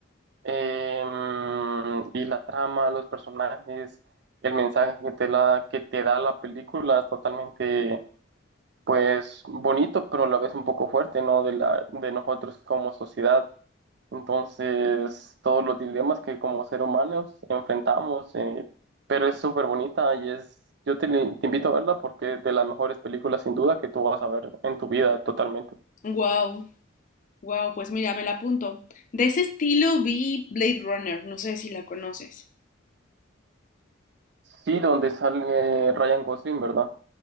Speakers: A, on the right; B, on the left.
A: Em, y la trama, los personajes, el mensaje que te la, que te da la película es totalmente, pues, bonito, pero a la vez un poco fuerte, ¿no? De la, de nosotros como sociedad. Entonces, todos los dilemas que como seres humanos enfrentamos, eh, pero es súper bonita y es, yo te, te invito a verla porque es de las mejores películas sin duda que tú vas a ver en tu vida totalmente.
B: Wow, wow, pues mira, me la apunto. De ese estilo vi Blade Runner, no sé si la conoces.
A: Sí, donde sale Ryan Gosling, ¿verdad?